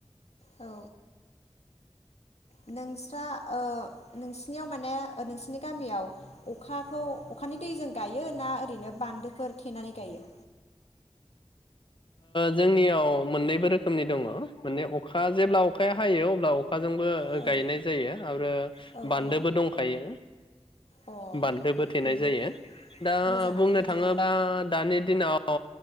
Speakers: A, on the left; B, on the left.
A: औ नोंस्रा ओ नोंसिनियाव माने ओ ओनोसिनि गामियाव अखाखौ अखानि दैजों गायो ना ओरैनो बान्दोफोर थेनानै गायो
B: जोंनियाव मोननैबो रोखोमनि दङ माने अखा जेब्ला अखाया हायो अब्ला अख अखाजोंबो
A: औ
B: गायनाय जायो आरो
A: औ
B: बान्दोबो
A: औ
B: दंखायो
A: अ
B: बान्दोबो थेनाय
A: उम
B: जायो दा
A: मोजाङानो
B: बुंनो
A: बिदिबा
B: थाङोबा दानि दिनाव